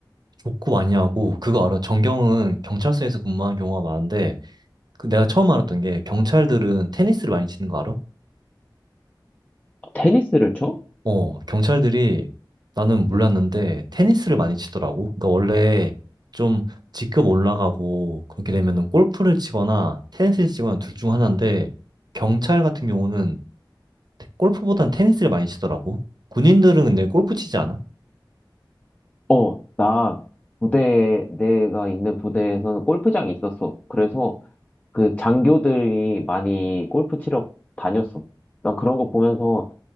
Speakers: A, on the right; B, on the left.
A: 족구 많이 하고, 그거 알아? 전경은 경찰서에서 근무하는 경우가 많은데, 그 내가 처음 알았던 게, 경찰들은 테니스를 많이 치는 거 알아?
B: 테니스를 쳐?
A: 어, 경찰들이, 나는 몰랐는데, 테니스를 많이 치더라고. 그러니까 원래 좀 직급 올라가고, 그렇게 되면은 골프를 치거나, 테니스를 치거나 둘 중 하나인데, 경찰 같은 경우는 골프보단 테니스를 많이 치더라고. 군인들은 근데 골프 치지 않아?
B: 어, 나 부대, 내가 있는 부대에서는 골프장이 있었어. 그래서 그 장교들이 많이 골프 치러 다녔어. 난 그런 거 보면서,